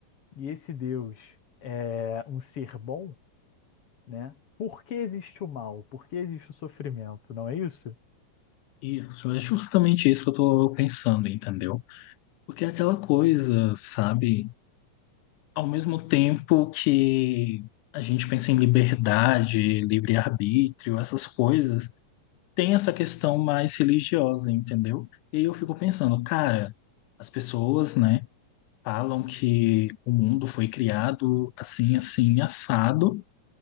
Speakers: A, on the left; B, on the left.
A: e esse Deus é um ser bom, né? Por que existe o mal? Por que existe o sofrimento? Não é isso?
B: Isso, é justamente isso que eu tô pensando, entendeu? Porque é aquela coisa, sabe? ao mesmo tempo que a gente pensa em liberdade, livre-arbítrio, essas coisas, tem essa questão mais religiosa, entendeu? E eu fico pensando, cara, as pessoas, né, falam que o mundo foi criado assim, assim, assado,